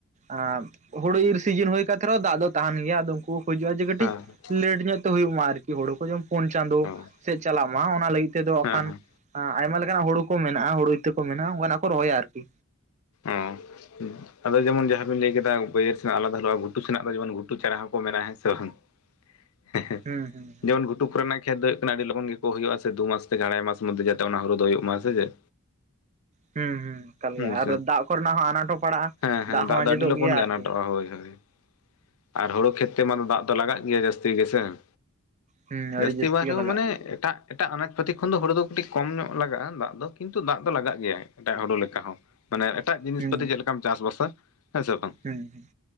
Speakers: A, on the right; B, on the left.
A: ᱟᱻᱢ ᱦᱩᱲᱩ ᱤᱨ ᱥᱤᱡᱤᱱ ᱦᱩᱭ ᱠᱟᱛᱮ ᱨᱮᱦᱚᱸ ᱫᱟᱜ ᱫᱚ ᱛᱟᱦᱮᱱ ᱜᱮᱭᱟ ᱟᱫᱚ ᱩᱱᱠᱩ ᱦᱩᱡᱩᱜᱼᱟ ᱡᱮ ᱠᱟᱹᱴᱤᱡ
B: ᱦᱩᱸ ᱦᱮᱸ
A: ᱞᱮᱴ ᱧᱚᱜ ᱛᱮ ᱦᱩᱭᱩᱜ ᱢᱟ ᱟᱨᱠᱤ ᱦᱳᱲ ᱠᱚ ᱡᱮᱢ ᱯᱳᱱ ᱪᱟᱸᱫᱳ
B: ᱚ
A: ᱥᱮᱫ ᱪᱟᱞᱟᱜ ᱢᱟ ᱚᱱᱟ ᱞᱟᱹᱜᱤᱫ ᱛᱮᱫᱚ
B: ᱦᱮᱸ
A: ᱚᱠᱷᱟᱱ
B: ᱦᱮᱸ
A: ᱟᱸ ᱟᱭᱢᱟ ᱞᱮᱠᱟᱱᱟᱜ ᱦᱩᱲᱩ ᱠᱚ ᱢᱮᱱᱟᱜᱼᱟ ᱦᱩᱲᱩ ᱤᱛᱟᱹ ᱠᱚ ᱢᱮᱱᱟᱜᱼᱟ ᱚᱱᱠᱟᱱᱟᱜ ᱠᱚ ᱨᱚᱦᱚᱭᱟ ᱟᱨᱠᱤ
B: ᱚᱸᱦ ᱟᱫᱚ ᱡᱮᱢᱚᱱ ᱡᱟᱦᱟᱸ ᱵᱤᱱ ᱞᱟᱹᱭ ᱠᱮᱫᱟ ᱵᱟᱹᱭᱦᱟᱹᱨ ᱥᱮᱱᱟᱜ ᱟᱞᱟᱫᱟ ᱦᱟᱹᱞᱚᱜᱼᱟ ᱜᱷᱩᱴᱩ ᱥᱮᱱᱟᱜ ᱫᱚ ᱡᱮᱢᱚᱱ ᱜᱷᱩᱴᱩ ᱪᱟᱨᱟ ᱦᱚᱸᱠᱚ ᱢᱮᱱᱟ ᱦᱮ ᱥᱮ ᱵᱟᱝ? ᱦᱮ ᱦᱮ
A: ᱦᱩᱸ ᱦᱩᱸ
B: ᱡᱮᱢᱚᱱ ᱜᱷᱩ ᱴᱩᱠ ᱨᱮᱱᱟᱝ ᱠᱷᱮᱛ ᱫᱚ ᱦᱩᱭᱩᱜ ᱠᱟᱱᱟ ᱟᱹᱰᱤ ᱞᱚᱜᱚᱱ ᱜᱮᱠᱚ ᱦᱩᱭᱩᱜᱼᱟ ᱥᱮ ᱫᱩ ᱢᱟᱥ ᱛᱮᱜᱮ ᱟᱲᱟᱭ ᱢᱟᱥ ᱢᱚᱫᱽᱫᱷᱮ ᱡᱟᱛᱮ ᱚᱱᱟ ᱦᱩᱲᱩ ᱫᱚ ᱦᱩᱭᱩᱜ ᱢᱟ ᱥᱮᱪᱮᱫ
A: ᱦᱩᱸ ᱦᱩᱸ ᱠᱟᱞ
B: ᱦᱩᱸ
A: ᱜᱮᱭᱟ ᱟᱫᱚ ᱫᱟᱜ ᱠᱚᱨᱮᱱᱟᱜ ᱦᱚᱸ ᱟᱱᱟᱴ ᱦᱚᱸ ᱯᱟᱲᱟᱜᱼᱟ,
B: ᱦᱮᱸ ᱦᱮᱸ
A: ᱫᱟᱜ ᱦᱚᱸ ᱟᱸᱡᱮᱫᱚᱜ
B: ᱫᱚ ᱟᱹᱰᱤ ᱞᱚᱜᱚᱱ
A: ᱜᱮᱭᱟ
B: ᱜᱮ
A: ᱟᱨᱠᱤ
B: ᱟᱱᱟᱴᱚᱜᱼᱟ
A: ᱾
B: ᱦᱳᱭ ᱦᱳᱭ ᱾ ᱟᱨ ᱦᱳᱲᱳ ᱠᱷᱮᱹᱛ ᱛᱮᱢᱟ ᱫᱚ ᱫᱟᱜ ᱫᱚ ᱞᱟᱜᱟᱜ ᱜᱮᱭᱟ ᱡᱟᱹᱥᱛᱤ ᱜᱮᱥᱮ ᱾
A: ᱦᱩᱸ ᱟᱹᱰᱤ
B: ᱡᱟᱹᱥᱛᱤ ᱵᱟᱝ ᱨᱮᱦᱚᱸ
A: ᱜᱮ ᱞᱟᱜᱟᱜᱼᱟ
B: ᱢᱟᱱᱮ ᱮᱴᱟᱜ ᱮᱴᱟᱜ ᱟᱱᱟᱡ ᱯᱟᱹᱛᱤ ᱠᱷᱚᱱ ᱫᱚ ᱦᱳᱲᱳ ᱫᱚ ᱠᱟᱹᱴᱤᱡ ᱠᱚᱢ ᱧᱚᱜ ᱞᱟᱜᱟᱜᱼᱟ ᱫᱟᱜ ᱫᱚ, ᱠᱤᱱᱛᱩ ᱫᱟᱜ ᱫᱚ ᱞᱟᱜᱟᱜ ᱜᱮᱭᱟ ᱮᱴᱟᱜ ᱦᱳᱰᱳ ᱞᱮᱠᱟ ᱦᱚᱸ᱾ ᱢᱟᱱᱮ ᱮᱴᱟᱜ ᱡᱤᱱᱤᱥ
A: ᱦᱩᱸ
B: ᱯᱟᱹᱛᱤ ᱪᱮᱫ ᱞᱮᱠᱟᱢ ᱪᱟᱥ ᱵᱟᱥᱟ ᱦᱮᱸ ᱥᱮ ᱵᱟᱝ᱾
A: ᱦᱩᱸ ᱦᱩᱸ